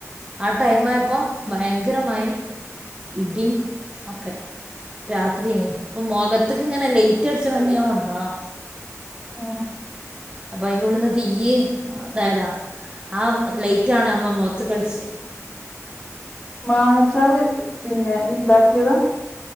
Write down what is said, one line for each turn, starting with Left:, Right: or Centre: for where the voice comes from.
Right: ആ ടൈമായപ്പോ ഭയങ്കര മായേം ഇഡിയും ഒക്കെ രാത്രിയേ അപ്പോ മൊഖത്ത് ഇങ്ങനെ ലേറ്റ് അടിച്ചണ കണ്ടിന് ഒണന്നതാ
Left: ആഹ്
Right: അപ്പൊ അയിന്റെ ഉള്ളിന്ന് തീയ് ഇതായതാ ആ ലൈറ്റാണ് നമ്മള മൊഖ ത്ത്കടിച്ച്
Left: മാങ്ങച്ചാർ പിന്നെ ഇണ്ടാക്കിയത്